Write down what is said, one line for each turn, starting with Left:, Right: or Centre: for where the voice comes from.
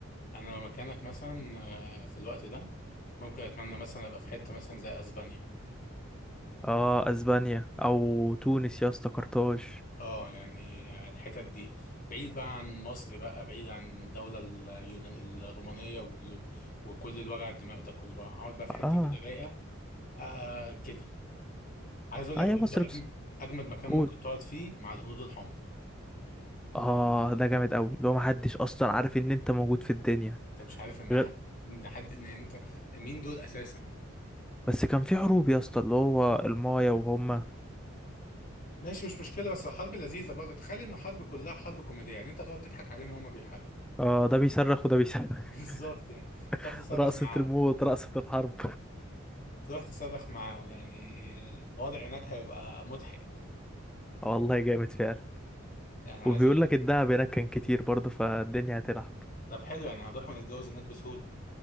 Left: انا لو مكانك مثلا آه، في الوقت ده ممكن اتمنى مثلا ابقى في حته مثلا زي اسبانيا
Centre: اه اسبانيا او تونس يا اسطى قرطاج
Left: اه يعني الحتت دي بعيد بقى عن مصر بقى بعيد عن الدولة اليونان الرومانية وال- وكل الوجع الدماغ ده كله بقى اقعد بقى في حتة
Centre: اه
Left: كده رايقة آه كده عايز اقول
Centre: اه
Left: لك برضه
Centre: يا مصر
Left: أجم-
Centre: بس
Left: اجمد مكان
Centre: قول
Left: ممكن تقعد فيه مع الهنود الحمر
Centre: اه ده جامد قوي اللي هو محدش اصلا عارف ان انت موجود في الدنيا
Left: انت مش عارف ان
Centre: غير-
Left: حد ان حد ان انت مين دول اساسا
Centre: بس كان في حروب يا اسطى اللي هو المايا وهما
Left: ماشي مش مشكلة بس الحرب لذيذة برضه تخيل ان الحرب كلها حرب كوميدية يعني انت تقعد تضحك عليهم وهم بيحاربوا
Centre: اه ده بيصرخ وده بيصرخ
Left: <laughs> بالظبط يعني تروح
Centre: <laughs>
Left: تصرخ
Centre: رقصة
Left: معاهم
Centre: الموت رقصة الحرب
Left: تروح تصرخ معاهم يعني الوضع هناك هيبقى مضحك
Centre: <laughs> والله جامد فعلا
Left: يعني عايز
Centre: وبيقول
Left: اقول لك
Centre: لك الدهب هناك كان كتير برضه فالدنيا هتلعب
Left: طب حلو يعني هنروح ونتجوز هناك بسهولة